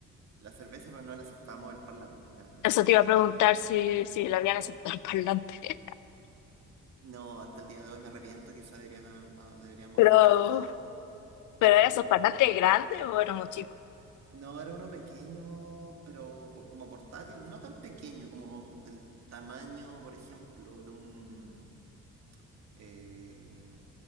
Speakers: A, on the right; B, on the left.
A: la cerveza, pero no le aceptamos el parlante. La verdad
B: Eso te iba a preguntar
A: que
B: si, si le habían aceptado el parlante. <laughs>
A: no, hasta el día de hoy me arrepiento, quizá debería- ah, deberíamos
B: Pero,
A: haberlo aceptado.
B: pero
A: Pero
B: ¿era esos parlantes grandes o éramos chicos?
A: no, era uno pequeño, pero po- como portátil, no tan pequeño, como del tamaño, por ejemplo, de un, eh,